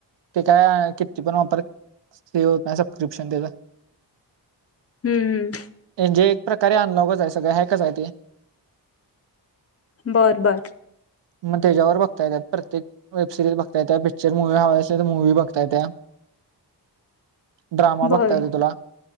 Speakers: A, on the right; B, on the left.
A: ते काय किती पण वापर ते होत नाही सबस्क्रिप्शन त्याज. <inaudible>
B: हम्म हम्म.
A: म्हणजे एक प्रकारे अनलॉगच आहे, सगळं ह्याकच आहे ते.
B: बर बर.
A: मग त्याच्यावर बघता येतात प्रत्यक वेबिरीज बघ त्या पिक्चर म मुवी हव असल तर मूव बघताय तय. ड्रामा
B: बर
A: बघता
B: बर.
A: येत तुला